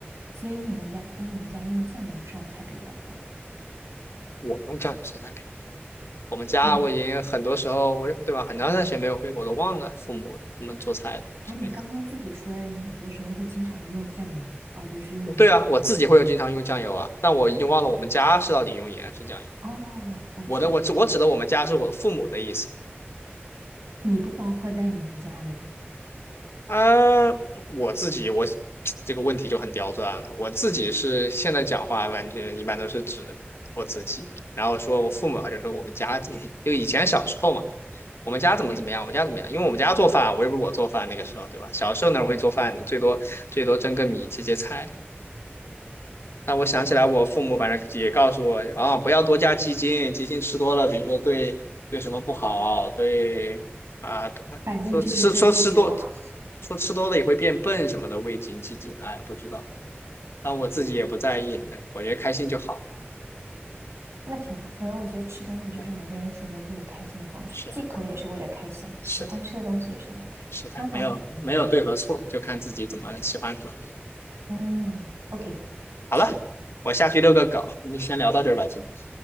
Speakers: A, on the right; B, on the left.
A: 所以你们家，所以你们家用酱油烧菜比较多。
B: 我用酱油烧菜表，我们家我已经很多时候，
A: 嗯，
B: 我对吧，很长一段时间没有回国，都忘了父母他们做菜什么样。
A: 啊，你刚刚自己说的，你很多时候会经常用酱油，而不是用盐。
B: 对啊，我自己会有经常用酱油啊，但我已经忘了我们家是到底用盐还是酱油。
A: 哦，OK，
B: 我的我指我指的我们家是我父母的意思。
A: 你不包括在你们家里啊。
B: 啊，我自己我这个问题就很刁钻了。我自己是现在讲话，感觉一般都是指我自己，然后说我父母啊，就说我们家怎么，就以前小时候嘛，我们家怎么怎么样，
A: 嗯，
B: 我们家怎么样，因为我们家做饭啊，我又不是我做饭那个时候，对吧？小时候哪会做饭，最多最多蒸个米，切切菜，那我想起来，我父母反正也告诉我，啊，不要多加鸡精，鸡精吃多了，比如说对对什么不好，对啊，
A: 反正就是对味觉不好。
B: 说吃说吃多，说吃多了也会变笨什么的，味精、鸡精，哎，不知道。但我自己也不在意，对我觉得开心就好。
A: 那挺好，反正我觉得吃东西就是每个人选择自己开心的方式，
B: 对，是啊，
A: 忌口也是为了开心，喜欢吃的东西也是为了开心，
B: 是的，是的，
A: 蛮好的。
B: 没有没有对和错，就看自己怎么喜欢怎么。
A: 嗯，OK，
B: 好了，
A: 吃的
B: 我下去遛个狗，我们就先聊到这儿吧，今天。